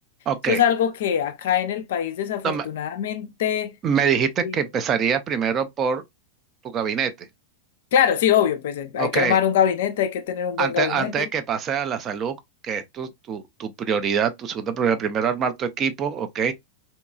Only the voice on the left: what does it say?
Eso es algo que acá en el país desafortunadamente,
eh,
claro, sí, obvio, pues eh,
hay que armar un gabinete, hay que tener un
buen gabinete.